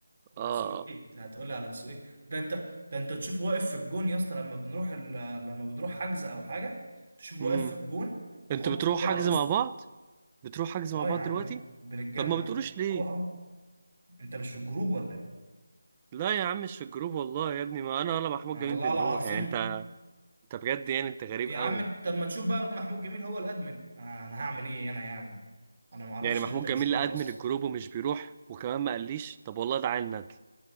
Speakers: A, on the right; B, on the right.
A: دسوقي
B: اه
A: انت هتقولي على دسوقي ده انت ده انت تشوف واقف في الجون يا اسطى لما بنروح ال... لما بنروح حجز او حاجه تشوف
B: امم
A: واقف في الجون يحط
B: انتوا بتروحوا
A: ايده على
B: حجز
A: وسطه
B: مع بعض بتروحوا حجز
A: اه
B: مع بعض
A: يا عم
B: دلوقتي
A: بنتجمع
B: طب ما بتقولوش ليه
A: اه اه انت مش في الجروب ولا إيه؟
B: لا يا عم مش في الجروب والله يا ابني ما انا ولا محمود
A: الله
B: جميل بنروح
A: العظيم
B: يعني انت انت بجد يعني انت غريب
A: يا
B: قوي
A: عم طب ما تشوف بقى محمود جميل هو الادمن آه، انا هعمل ايه انا يعني انا ما اعرفش
B: يعني محمود
A: ان انت
B: جميل
A: مش جوه
B: ادمن
A: اصلا
B: الجروب ومش بيروح وكمان ما قاليش طب والله ده عيل ندل